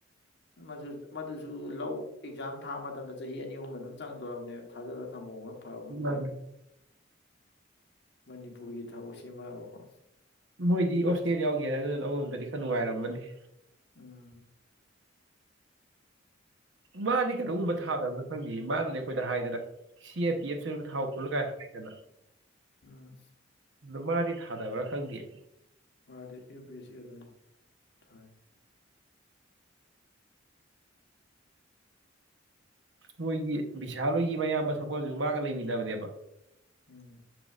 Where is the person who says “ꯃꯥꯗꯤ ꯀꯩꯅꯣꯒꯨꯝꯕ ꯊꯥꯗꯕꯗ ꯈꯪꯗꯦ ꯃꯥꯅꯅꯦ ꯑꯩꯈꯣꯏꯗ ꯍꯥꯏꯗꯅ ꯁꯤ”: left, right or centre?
Right